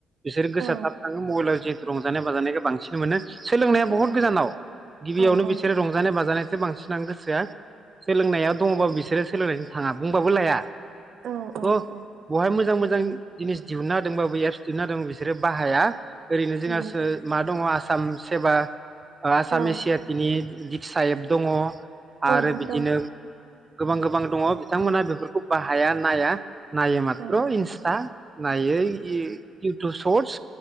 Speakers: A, on the right; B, on the right.
A: बिसोर गोसोआ
B: औ
A: थाब थाङो मबाइलाव जे रंजानाय बाजानायखौ बांसिन मोनो सोलोंनाया
B: औ
A: बहुत गोजानाव गिबियावनो
B: औ औ
A: बिसोरो रंजानाय बाजानाय बांसिनानो गोसोथाया सोलोंनाया दङबा बिसोरो सो सोलोंनायजो थाङा बुंबाबो लाया
B: औ औ
A: अ
B: औ
A: ब'हाय मोजां मोजां जिनिस दिहुनना होदोंबाबो एप्स दिहुनना होदों बिसोरो बाहाया ओरैनो जोंहासो
B: उम
A: मा दङ आस साम सेबा ओ आसामिस
B: औ
A: सियातिनि दिक्सा एप्प दङ आरो
B: दङ
A: बिदिनो गोबां गोबां दङ बिथांमोना बेफोरखौ बाहाया नाया नायो माथ्र'
B: औ
A: इन्सटा नायो इ-इउ टु सर्टस